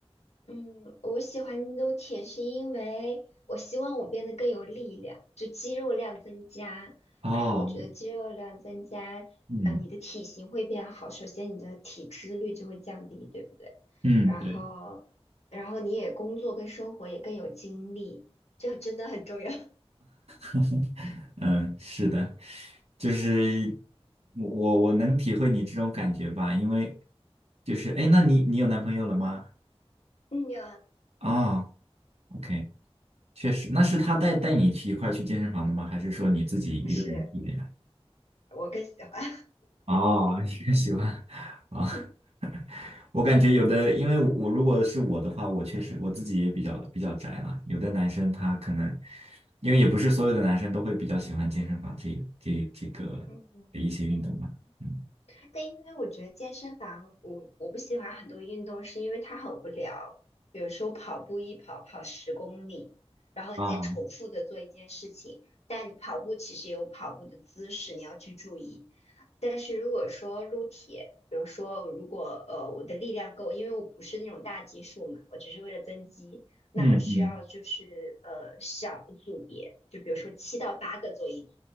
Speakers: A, on the left; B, on the right.
A: 嗯，我喜欢撸铁是因为我希望我变得更有力量，就肌肉量增加。
B: 哦，
A: 然后我觉得肌肉量增加，
B: 嗯
A: 呃，你的体型会变好，首先你的体脂率就会降低，对不对？
B: 嗯，
A: 然后，
B: 对。
A: 然后你也工作跟生活也更有精力，这真的很重要。<laughs>
B: <laughs> 嗯，是的，就是我我我能体会你这种感觉吧，因为就是哎，诶那你你有男朋友了吗？
A: 嗯呀，
B: 啊，OK，确实，那是他带带你去一块儿去健身房的吗？还是说你自己一个人去的呀？
A: 不是，我更喜欢。
B: 哦，你也喜欢啊？
A: <laughs>
B: <laughs> 我感觉有的，因为我我如果是我的话，我确实我自己也比较比较宅了。有的男生他可能，因为也不是所有的男生都会比较喜欢健身房这这这个
A: 嗯嗯。
B: 的一些运动嘛。嗯
A: 但因为我觉得健身房，我我不喜欢很多运动，是因为它很无聊。比如说跑步，一跑跑十公里，然后你再重复的做一件事情，
B: 啊，
A: 但你跑步其实有跑步的姿势，你要去注意。但是如果说撸铁，比如说如果呃我的力量够，因为我不是那种大基数嘛，我只是为了增肌，那我需要就是呃小组别，
B: 嗯嗯，
A: 就比如说七到八个做一组，